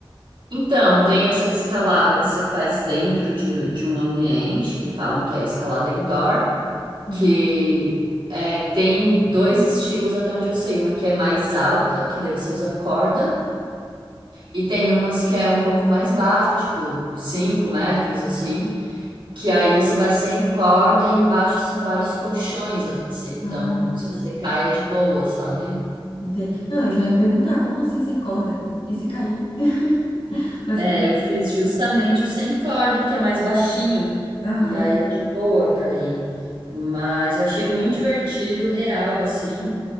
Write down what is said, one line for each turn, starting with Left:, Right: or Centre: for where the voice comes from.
Right: Então, tem essa escalada que você faz dentro de, de um ambiente, que falam que é escalada indoor,
Left: Uhum.
Right: que é, tem dois estilos até onde eu sei, uma que é mais alta, que daí você usa corda, e tem umas que é um pouco mais baixa, tipo 5 metros assim, que aí você vai sem corda e embaixo são vários colchões assim, então
Left: Ah, hum,
Right: se você cai é de boa, sabe?
Left: entendi. Não, eu já ia perguntar, como assim sem corda? E se cair? <laughs> Mas,
Right: É, eu fiz justamente o sem corda, porque é mais baixinho,
Left: aham,
Right: e aí é de boa cair. Mas eu achei muito divertido, real, assim.